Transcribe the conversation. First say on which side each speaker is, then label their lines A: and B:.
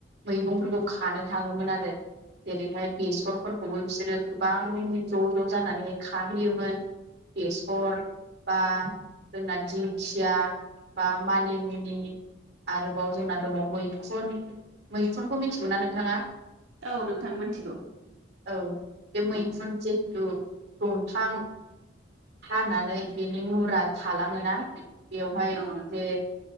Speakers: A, on the right; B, on the right.
A: मैगंफोरखौ खानो थाङोमोन आरो जेरैहाय बेसरफोरखौबो बिसोरो गोबां ज' ज' जानानैहाय खाहैयोमोन बेसर बा जोंना दिंखिया बा मानिमुनि आरोबाव जोंना दङ मैखुन मैखुनखौ मिथिगौना नोंथाङा?
B: औ नोंथां मोनथिगौ
A: औ बे मैखुन
B: औ
A: जेथु दंफां हानानै बिनि मुरा थलाङोना? बेयावहाय
B: औ नोंथां
A: जे